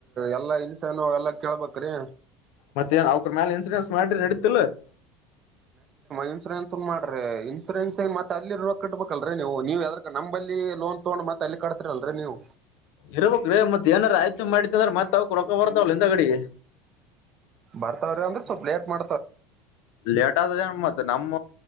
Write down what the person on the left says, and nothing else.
ಮತ್ತೇನ್ ಅವಕ್ರೆರ್ ಮೇಲ್ ಇನ್ಸೂರೆನ್ಸ್ ಮಾಡ್ರಿ ನಡತಿಲ್ ಇಲ್ಲ್
ಇರಬೇಕ್ ರೀ ಮತ್ ಏನಾರ ಆಯ್ತು ಮಾಡಿತ್ ಅಂದ್ರೆ ಮತ್ತ್ ಅವಕ ರೊಕ್ಕ ಬರ್ತಾವಲ್ಲ ಇಂದ ಕಡೆ
ಲೇಟಾಗ ಮತ್ತ ನಮ್ಮ